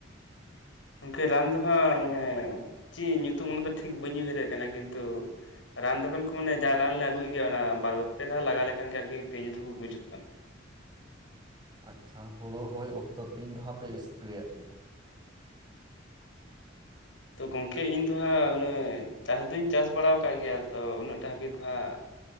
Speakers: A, on the left (about 80°); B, on the right (about 25°).
A: ᱜᱚᱝᱠᱮ ᱨᱟᱱ ᱫᱚ ᱦᱟᱸᱜ ᱢᱟᱱᱮ ᱪᱤᱫ ᱧᱩᱛᱩᱢ ᱚᱱᱟ ᱫᱚ ᱴᱷᱤᱠ ᱵᱟᱹᱧ ᱩᱭᱦᱟᱹᱨᱮᱫ ᱠᱟᱱᱟ ᱠᱤᱱᱛᱩ ᱨᱟᱱ ᱫᱚᱠᱟᱱ ᱠᱷᱚᱱ ᱡᱟ ᱨᱟᱱ ᱞᱮ ᱟᱹᱜᱩᱭ ᱜᱮᱭᱟ ᱚᱱᱟ ᱵᱟᱨ ᱯᱮ ᱫᱷᱟᱣ ᱞᱟᱜᱟᱣ ᱞᱮᱠᱷᱟᱱ ᱜᱮ ᱟᱨᱠᱤ ᱛᱤᱡᱩ ᱫᱚ ᱠᱚ ᱜᱩᱡᱩᱜ ᱠᱟᱱᱟ
B: ᱟᱪᱪᱷᱟ ᱦᱳᱲᱳ ᱦᱳᱭ ᱚᱠᱛᱚ ᱛᱤᱱ ᱫᱷᱟᱣ ᱯᱮ ᱥᱯᱨᱮᱭᱟᱜ ᱜᱮᱭᱟ
A: ᱛᱳ ᱜᱚᱢᱠᱮ ᱤᱧ ᱫᱚ ᱦᱟᱸᱜ ᱩᱱᱟᱹᱜ ᱪᱟᱥ ᱫᱩᱧ ᱪᱟᱥ ᱵᱟᱲᱟ ᱠᱟᱜ ᱜᱮᱭᱟ ᱛᱚ ᱩᱱᱟᱹᱜ ᱴᱟ ᱦᱟᱹᱵᱤᱡ ᱫᱚ ᱦᱟᱸᱜ